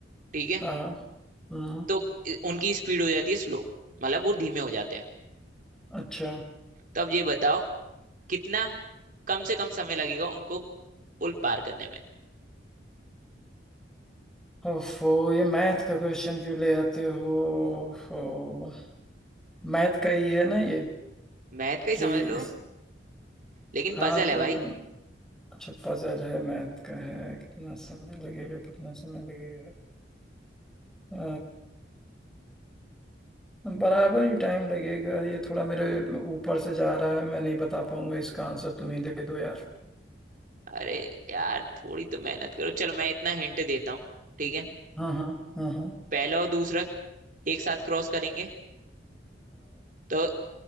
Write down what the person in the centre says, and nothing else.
हाँ हम्म
अच्छा
ओफो ये मैथ का क्वेश्चन क्यों ले आते हो ओफो मैथ का ही है ना ये
कि
इस
हाँ
तुम
अच्छा पजल है मैथ का है कितना समय लगेगा कितना समय लगेगा अ, बराबर ही टाइम लगेगा ये थोड़ा मेरे ऊपर से जा रहा है मैं नहीं बता पाऊंगा इसका आंसर तुम ही दे दो यार
हाँ हाँ हाँ हाँ